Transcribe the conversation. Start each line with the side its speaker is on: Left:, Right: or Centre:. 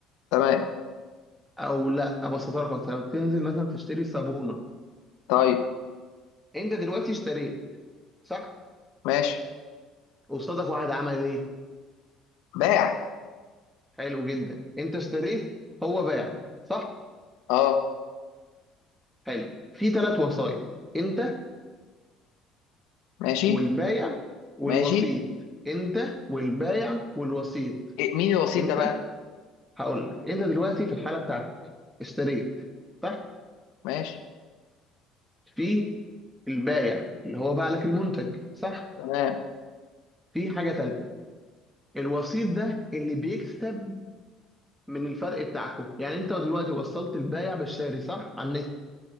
Left: تمام
Centre: او لا ابسطها لك اكتر لما تنزل مثلا تشتري صابونة
Left: طيب
Centre: انت دلوقتي اشتريت صح
Left: ماشي
Centre: قصادك واحد عمل ايه
Left: باع
Centre: حلو جدا انت اشتريت هو باع صح
Left: اه
Centre: حلو في ثلاث وسايط انت
Left: ماشي
Centre: والبايع والوسيط
Left: ماشي
Centre: انت والبايع والوسيط
Left: إيه مين الوسيط
Centre: انت
Left: ده بقى
Centre: هقول لك انت دلوقتي في الحاله بتاعتك اشتريت صح
Left: ماشي
Centre: في البايع اللي هو باع لك المنتج صح
Left: تمام
Centre: في حاجه ثالثه الوسيط ده اللي بيكسب من الفرق بتاعكم يعني انت دلوقتي وصلت البايع بالشاري صح على النت